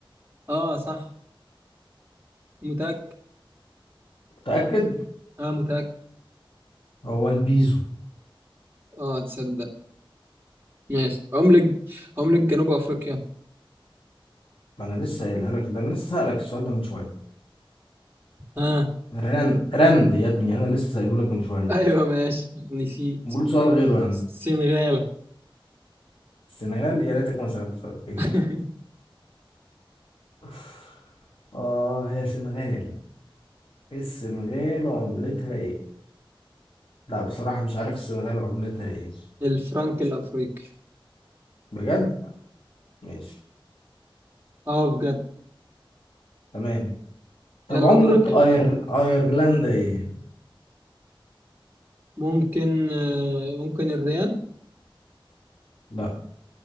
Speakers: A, on the right; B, on the left.
A: اه صح متأكد
B: متأكد
A: اه متأكد
B: هو البيزو
A: اه تصدق ماشي عملة عملة جنوب افريقيا
B: ما انا لسه قايلها لك ده انا لسه سألك السؤال ده من شوية
A: اه
B: رند رند يا ابني انا لسه سأله لك من شوية
A: ايوه ماشي نسيت
B: قول سؤال غيره يا عم
A: السنغال
B: السنغال يا ريتك ما سألت سؤال غيره
A: <laughs>
B: <laughs> اه يا سنغال السنغال وعملتها ايه لا بصراحة مش عارف السنغال وعملتها ايه
A: الفرنك الافريقي
B: بجد ماشي
A: اه بجد
B: تمام طب
A: يلا
B: عملة
A: دورك يا باشا
B: أير... أيرلندا ايه
A: ممكن آه ممكن الريال
B: لا